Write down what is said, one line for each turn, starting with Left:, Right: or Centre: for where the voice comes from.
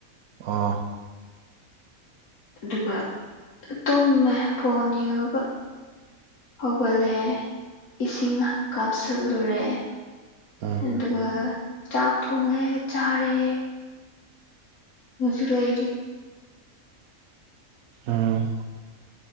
Right: ꯑꯣ...
Left: ꯑꯗꯨꯒ ꯇꯨꯝꯃꯦ ꯐꯣꯟ ꯌꯣꯡꯉꯒꯥ ꯍꯧꯒꯠꯂꯦ ꯏꯁꯤꯡ ꯀꯥꯞꯁꯤꯜꯂꯨꯔꯦ
Right: ꯎꯝ
Left: ꯑꯗꯨꯒ ꯆꯥꯛ ꯊꯣꯡꯉꯦ ꯆꯥꯔꯦ ꯍꯧꯖꯤꯛ ꯂꯩꯔꯤ
Right: ꯎꯝ